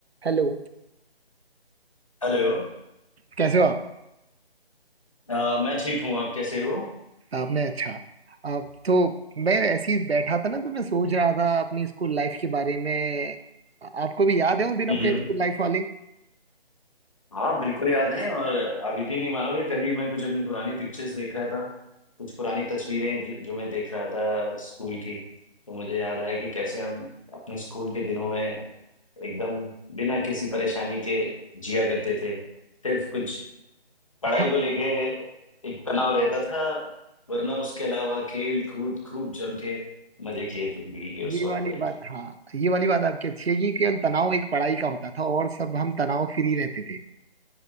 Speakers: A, on the right; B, on the left.
A: Hello
B: Hello
A: कैसे हो आप
B: अ, मैं ठीक हूँ आप कैसे हो
A: आपने अच्छा आप तो मैं ऐसे ही बैठा था ना तो मैं सोच रहा था अपनी स्कूल लाइफ के बारे में आपको भी याद है वो दिन
B: हम्म
A: अपने स्कूल लाइफ वाले <laughs>
B: हाँ बिल्कुल याद है और आप यकीन नहीं मानोगे कल ही मैं कुछ अपनी पुरानी पिक्चर्स देख रहा था कुछ पुरानी तस्वीरें जि- जो मैं देख रहा था स्कूल की तो मुझे याद आया कि कैसे हम अपने स्कूल के दिनों में एकदम बिना किसी परेशानी के जिया करते थे सिर्फ कुछ पढ़ाई
A: हाँ
B: को लेके एक तनाव रहता था वरना उसके अलावा खेल कूद खूब जम के मजे किए जिंदगी के उस
A: ये
B: वक्त
A: वाली
B: पे
A: बात हाँ ये वाली बात आपकी अच्छी है कि केवल तनाव एक पढ़ाई का होता था और सब हम तनाव फ्री रहते थे